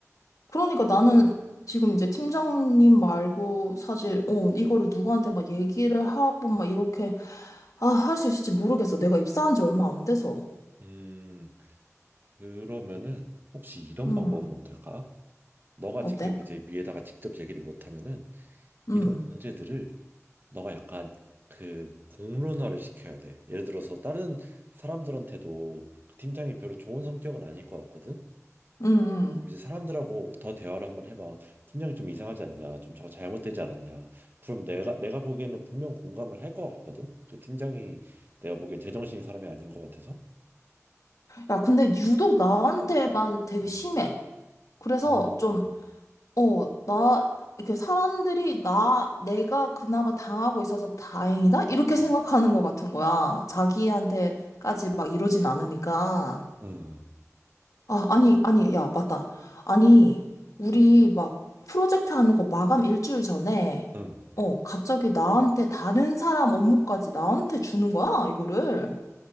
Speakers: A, on the left (about 80°); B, on the right (about 40°).
A: 그러니까 나는 지금 이제 팀장님 말고 사실, 어, 이거를 누구한테 막 얘기를 하고 막 이렇게, 아, 할 수 있을지 모르겠어. 내가 입사한 지 얼마 안 돼서.
B: 음, 그러면은 혹시 이런
A: 음,
B: 방법은 어떨까? 너가
A: 어때?
B: 직접 이제 위에다가 직접 얘기를 못하면은
A: 음,
B: 이런 문제들을 너가 약간 그 공론화를 시켜야 돼. 예를 들어서 다른 사람들한테도 그 팀장이 별로 좋은 성격은 아닐 것 같거든.
A: 음, 음.
B: 이제 사람들하고 더 대화를 한번 해봐. 팀장이 좀 이상하지 않냐? 좀 저거 잘못되지 않았냐? 그럼 내가 내가 보기에는 분명 공감을 할 것 같거든. 그 팀장이 내가 보기엔 제정신인 사람이 아닌 것 같아서.
A: 야, 근데 유독 나한테만 되게
B: 음,
A: 심해. 그래서
B: 음,
A: 좀, 어, 나, 이렇게 사람들이 나, 내가 그나마 당하고 있어서 다행이다? 이렇게 생각하는
B: 음,
A: 것 같은 거야. 자기한테까지 막 이러진 않으니까.
B: 응,
A: 아, 아니, 아니, 야, 맞다. 아니, 우리 막 프로젝트 하는 거 마감 일주일 전에,
B: 응.
A: 어, 갑자기 나한테 다른 사람 업무까지 나한테 주는 거야, 이거를.